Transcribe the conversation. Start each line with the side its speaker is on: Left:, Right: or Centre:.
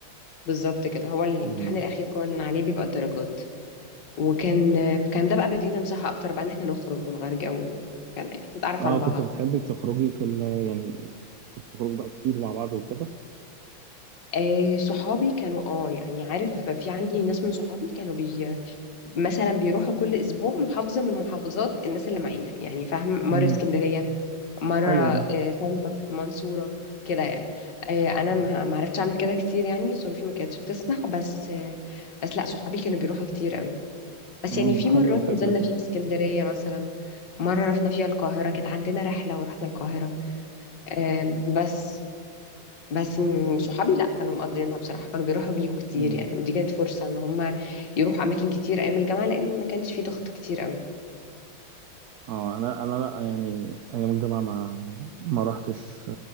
Left: بالظبط كده هو الامتحان
Right: مم.
Left: الأخير كان عليه بيبقى الدرجات وكان كان ده بقى بيدينا مساحة أكتر بقى إن احنا نخرج ونغير جو كده يعني نتعرف
Right: اه
Left: على بعض
Right: كنت بتحبي تخرجي في ال يعني كنت بتخرجوا بقى كتير مع بعض وكده
Left: آه صحابي كانوا اه يعني عارف في عندي ناس من صحابي كانوا بي مثلا بيروحوا كل اسبوع محافظة من محافظات الناس اللي معانا يعني فاهم مرة
Right: مم.
Left: اسكندرية مرة
Right: حلو ده
Left: آه، طنطا المنصورة كده يعني آه، أنا
Right: آه.
Left: ما ما عرفتش أعمل كده كتير يعني ظروفي ما كانتش بتسمح بس آه، بس لأ صحابي كانوا بيروحوا كتير قوي بس
Right: مم،
Left: يعني في
Right: حلوة
Left: مرات
Right: الفكرة
Left: نزلنا فيها اسكندرية مثلا مرة رحنا فيها القاهرة كانت عندنا رحلة ورحنا القاهرة آم، بس بس م- صحابي لأ كانوا مقضيينها بصراحة كانوا بيروحوا بيجوا كتير
Right: دي
Left: يعني ودي كانت فرصة إن هما يروحوا أماكن كتير أيام الجامعة لأن ما كانش في ضغط كتير قوي
Right: اه انا انا لا يعني ايام الجامعه ما ما رحتش